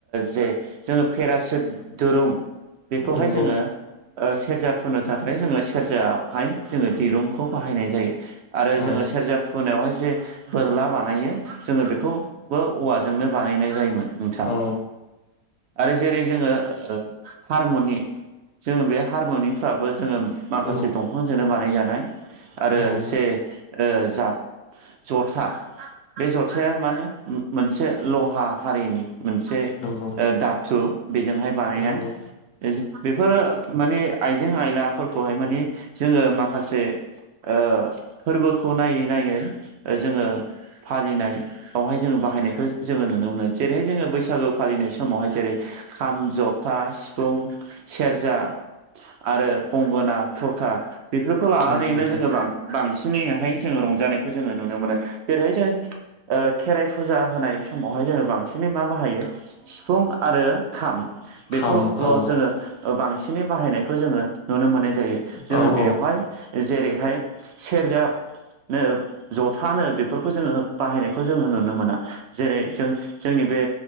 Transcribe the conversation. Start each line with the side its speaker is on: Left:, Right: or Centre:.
Right: जे जोङो पेरासुट दोरुं बेखौहाय
Left: नंगौ
Right: जोङो ओ सेरजा फुनो थाखाय जोङो सेरजाहाय जोङो दिरुंखौ बाहायनाय जायो आरो
Left: औ
Right: जोङो सेरजा फुनायावहाय जे बोरला बानायो जोङो बेखौ बो औवाजोंनो बानायनाय जायोमोन नोंथां
Left: औ
Right: आरो जेरै जोङो हारमनि जोङो बे हारमुनिफ्राबो जोङो माखासे
Left: औ
Right: दंफांजोंनो बानायजानाय आरो
Left: नंगौ
Right: से ओ जाब जथा बे जथाया मानो मोनसे लहा हारिनि मोनसे
Left: नंगौ
Right: दाथु बेजोंहाय बानायनाय
Left: नंगौ
Right: बेफोरो माने आइजें आयलाफोरखौहाय माने जोङो माखासे ओ फोरबोखौ नायै नायै जोङो फालिनायावहाय जोङो बाहायनायखौ जोङो नुनो मोनो जेरैहाय जोङो बैसागो फालिनाय समावहाय जेरै खाम जथा सिफुं सेरजा आरो गंगोना थरखा बेफोरखौ लानानैनो
Left: नंगौ नोंथां
Right: जोङो बां बांसिनैहाय जोङो रंजानायखौ जोङो नुनो मोनो जेरैहाय जोङो खेराइ फुजा होनाय समावहाय जोङो बांसिनै मा बाहायो सिफुं आरो खाम
Left: खाम
Right: बेखौल'
Left: औ
Right: जोङो बांसिनै बाहायनायखौ जोङो नुनो मोननाय जायो जोङो
Left: औ
Right: बेवहाय
Left: औ
Right: जेरैहाय सेरजा नो जथानो बेफोरखौ जोङो बाहायनायखौ जोङो नुनो मोना जेरै जों जोंनि बे